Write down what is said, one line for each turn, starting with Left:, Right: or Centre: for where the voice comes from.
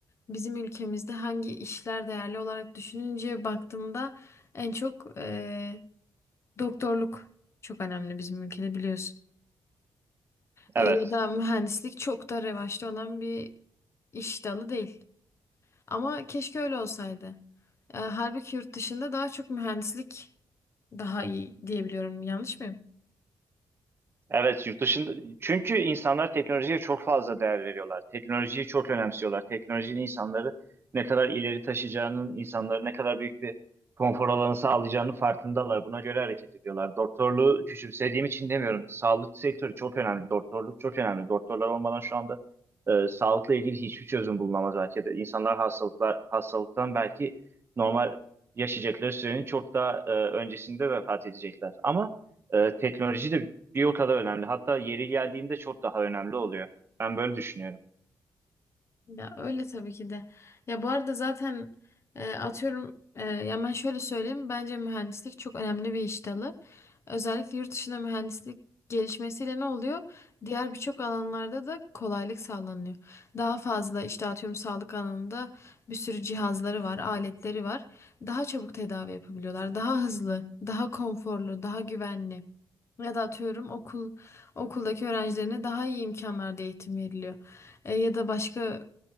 Left: bizim ülkemizde hangi işler değerli olarak düşününce baktığımda en çok e, doktorluk çok önemli bizim ülkede biliyorsun.
Right: Evet.
Left: E, ya da mühendislik çok da revaçta olan bir iş dalı değil. Ama keşke öyle olsaydı. E, halbuki yurt dışında daha çok mühendislik daha iyi diyebiliyorum. Yanlış mıyım?
Right: Evet yurt dışında çünkü insanlar teknolojiye çok fazla değer veriyorlar. Teknolojiyi çok önemsiyorlar. Teknolojinin insanları ne kadar ileri taşıyacağının, insanları ne kadar büyük bir konfor alanı sağlayacağının farkındalar. Buna göre hareket ediyorlar. Doktorluğu küçümsediğim için demiyorum. Sağlık sektörü çok önemli. Doktorluk çok önemli. Doktorlar olmadan şu anda e, sağlıkla ilgili hiçbir çözüm bulunamaz belki de. İnsanlar hastalıklar hastalıktan belki normal yaşayacakları sürenin çok daha e, öncesinde vefat edecekler. Ama e, teknoloji de bir o kadar önemli. Hatta yeri geldiğinde çok daha önemli oluyor. Ben böyle düşünüyorum.
Left: Ya öyle tabii ki de. Ya bu arada zaten e, atıyorum e, ya ben şöyle söyleyeyim. Bence mühendislik çok önemli bir iş dalı. Özellikle yurt dışında mühendislik gelişmesiyle ne oluyor? Diğer birçok alanlarda da kolaylık sağlanıyor. Daha fazla işte atıyorum sağlık alanında bir sürü cihazları var, aletleri var. Daha çabuk tedavi yapabiliyorlar. Daha hızlı, daha konforlu, daha güvenli. Ya da atıyorum okul okuldaki öğrencilerine daha iyi imkanlarda eğitim veriliyor. E, ya da başka